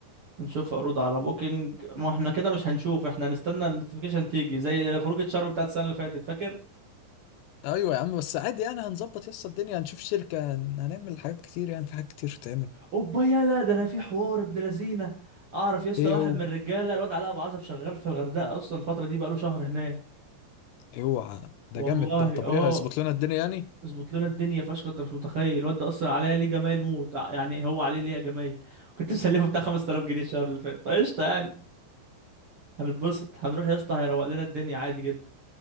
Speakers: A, on the right; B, on the left.
A: نشوف عروض على بوكينج ما احنا كده مش هنشوف احنا هنستنى النوتيفيكيشن تيجي زي خروجه شرم بتاعت السنه اللي فاتت فاكر
B: ايوه يا عم بس عادي يعني هنظبط يس الدنيا هنشوف شركة هن- هنعمل حاجات كتير يعني في حاجات كتير تتعمل
A: اوبا يلا ده انا في حوار ابن لذينه اعرف يا اسطى
B: ايه
A: واحد
B: هو
A: من الرجاله الواد علاء ابو عزب شغال في الغردقه اصلا الفتره دي بقاله شهر هناك
B: ايه هو ده
A: والله
B: جامد ده طب
A: اه
B: ايه هيظبط لنا الدنيا يعني
A: اظبط لنا الدنيا فشخ انت مش متخيل الواد ده اصلا عليا ليه جمايل موت آه، يعني هو عليه ليه جمايل كنت مسلفه بتاع 5000 جنيه الشهر اللي فات فقشطه يعني هنتبسط هنروح يا اسطى هيروق لنا الدنيا عادي جدا